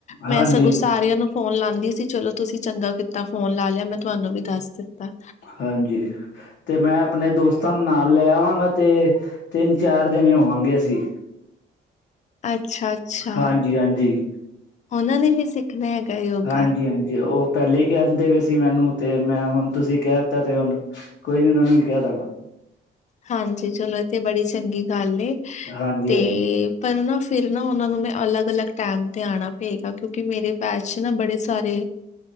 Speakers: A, on the left; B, on the left.
A: ਮੈਂ
B: ਹਾਂਜੀ,
A: ਸਗੋਂ ਸਾਰਿਆਂ ਨੂੰ ਫੋਨ ਲਾਂਦੀ ਸੀ ਚਲੋ ਤੁਸੀਂ ਚੰਗਾ ਕੀਤਾ ਫੋਨ ਲਾ ਲਿਆ ਮੈਂ ਤੁਹਾਨੂੰ ਵੀ ਦੱਸ ਦਿੱਤਾ।
B: ਹਾਂਜੀ ਤੇ ਮੈਂ ਆਪਣੇ ਦੋਸਤਾਂ ਨਾਲ ਲੈ ਆਵਾਂਗਾ ਅਤੇ ਤਿੰਨ-ਚਾਰ ਜਣੇ ਹੋਵਾਂਗੇ ਅਸੀਂ।
A: ਅੱਛਾ ਅੱਛਾ
B: ਹਾਂਜੀ-ਹਾਂਜੀ
A: ਉਹਨਾਂ ਨੇ ਵੀ ਸਿੱਖਣਾ ਹੈਗਾ? ਯੋਗਾ
B: ਹਾਂਜੀ-ਹਾਂਜੀ ਉਹ ਪਹਿਲੇ ਹੀ ਕਹਿੰਦੇ ਪਏ ਸੀ ਮੈਨੂੰ ਤੇ ਮੈਂ ਹੁਣ ਤੁਸੀਂ ਕਹਿ ਦਿੱਤਾ ਤੇ ਹੁਣ, ਕੋਈ ਨੀ ਉਹਨਾਂ ਨੂੰ ਵੀ ਕਹਿ ਦਾਂਗਾ।
A: ਹਾਂਜੀ ਚਲੋ ਇਹ ਤੇ ਬੜੀ ਚੰਗੀ ਗੱਲ ਏ
B: ਹਾਂਜੀ
A: ਤੇ
B: ਹਾਂਜੀ
A: ਪਰ ਨਾ ਫਿਰ ਨਾ ਉਹਨਾਂ ਨੂੰ ਮੈਂ ਅਲੱਗ-ਅਲੱਗ ਟਾਈਮ ਤੇ ਆਣਾ ਪਏਗਾ ਕਿਉਂਕਿ ਮੇਰੇ ਬੈਚ ਨਾ ਬੜੇ ਸਾਰੇ,